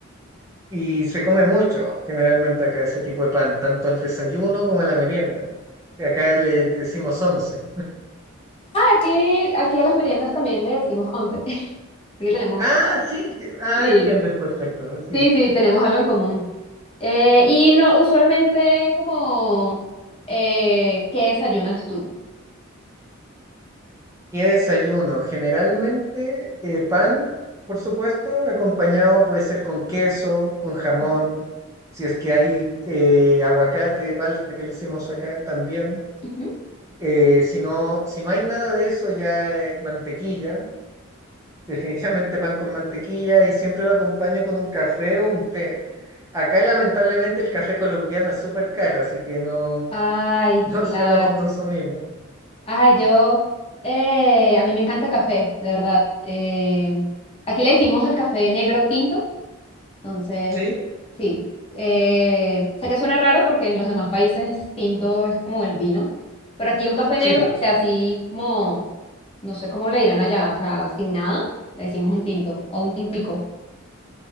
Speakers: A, on the right; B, on the left.
A: Y se come mucho, generalmente acá, ese tipo de pan, tanto al desayuno como a la merienda. Acá le decimos once.
B: Aquí, aquí a las meriendas también le decimos once, <laughs> así que tenemos,
A: Ah, sí, que- ah,
B: sí,
A: entiendes perfecto, sí.
B: sí, sí, tenemos algo en común. Eh, y no, usualmente como, eh, ¿qué desayunas tú?
A: ¿Qué desayuno? Generalmente eh, pan, por supuesto, acompañado puede ser con queso, con jamón,
B: Ujú,
A: si es que hay eh, aguacate, palta que le decimos acá también.
B: ujú.
A: Eh, si no, si no hay nada de eso, ya eh, mantequilla. Definitivamente pan con mantequilla y siempre lo acompaño con un café o un té. Acá lamentablemente el café colombiano es súper caro, así que no,
B: Ay,
A: <laughs> no
B: claro.
A: suelo co- consumirlo.
B: Ay, yo, eh, a mí me encanta el café, de verdad. Eh, aquí le decimos el café negro tinto, Entonces,
A: ¿Sí?
B: sí. Eh, sé que suena raro porque en los demás países tinto es como el vino, pero aquí un café negro,
A: Sí.
B: o sea, así como, no sé cómo le dirán allá, o sea, sin nada, le decimos un tinto o un tintico.